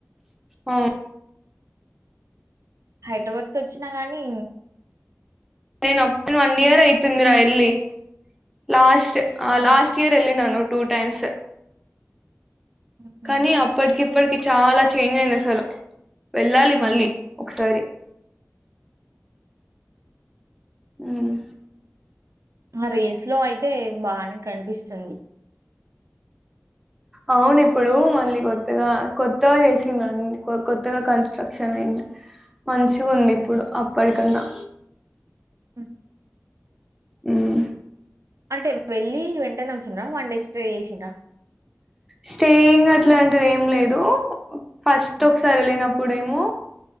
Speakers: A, in the centre; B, on the right.
A: అవును
B: హైదరాబాద్ త వచ్చినా గానీ
A: నేను అప్పన్ వన్ ఇయర్ యితుందిరా ఇ లాస్ట్ ఆ
B: ఉహు.
A: లాస్ట్ ఇయర్ ఎ న టూ టైమ్స్
B: ఉహూ.
A: కానీ అప్పటికి ప్పటికి చాలా చేంజ్ అయింది అసలు వెళ్ళాలి
B: హ్మ్.
A: మళ్ళీ ఒకసారి ఉమ్
B: ఆ రీల్స్ లో అయితే బానే కనిపిస్తుంది
A: అవును ఇప్పుడు మళ్ళీ కొత్తగా కొత్తగా చేసి అన్ని కొత్తగా కన్స్ట్రక్షన్ అయింది మంచిగుందిప్పుడు
B: హ్మ్.
A: అప్పటి కన్నా
B: హ
A: ఉమ్
B: <unintelligible> టే వెళ్ళి వెంటనే వచ్చిండ్రా వన్ డే స్టే చేసిండ్రా
A: స్టేయింగ్ అట్లాంటిది ఏం లేదు ఫస్ట్
B: హ్మ్.
A: ఒక సారెళ్ళిన ప్పుడేమో